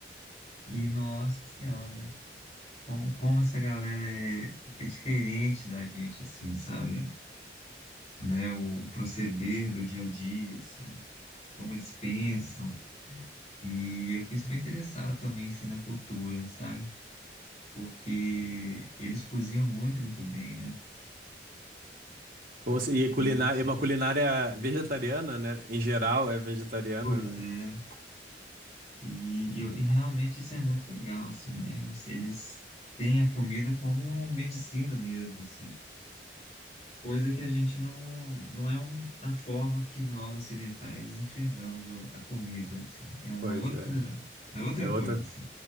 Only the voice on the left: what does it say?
E, nossa senhora, como, como essa galera é, é diferente da gente, assim, sabe? né, o o proceder do dia a dia, assim, como eles pensam. E eu fiquei super interessado também, assim, na cultura, sabe? Porque eles cozinham muito, muito bem, né?
É um outro...
Pois
é. E, e, eu- e realmente isso é muito legal, assim, né? Eles têm a comida como medicina mesmo, assim. Coisa que a gente não... Não é um, uma forma que nós ocidentais enxergamos o- a comida, assim. É uma
outra...
É outra
coisa, assim.